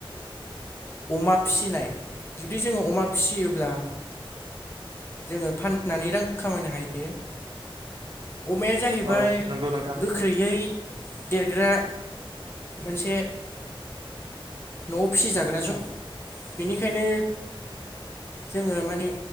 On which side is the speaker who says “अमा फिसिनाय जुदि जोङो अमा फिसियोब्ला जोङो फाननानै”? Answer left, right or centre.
Left